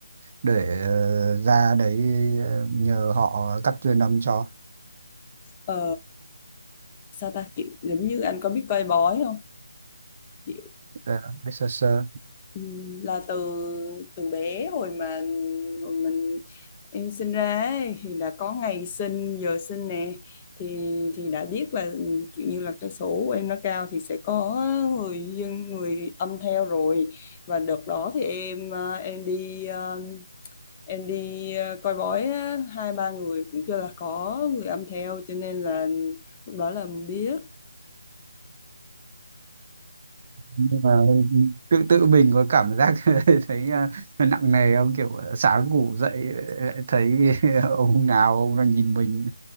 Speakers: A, on the right; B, on the left.
A: để ờ, ra đấy ờ, nhờ họ cắt duyên âm cho?
B: Ờ, sao ta kiểu giống như anh có biết coi bói không? Kiểu
A: Ờ, biết sơ sơ.
B: Ừ, là từ từ bé hồi mà hồi mình em sinh ra ấy, thì đã có ngày sinh giờ sinh nè thì thì đã biết là kiểu như là cái số của em nó cao thì sẽ có người dân người âm theo rồi và đợt đó thì em ờ, em đi ờ, em đi ờ, coi bói á, hai ba người cũng chưa là có người âm theo cho nên là lúc đó là biết
A: nhưng mà tự tự mình có cảm giác <laughs> thấy à, nặng nề không kiểu ờ, sáng ngủ dậy ờ, lại thấy <laughs> ông nào ông đang nhìn mình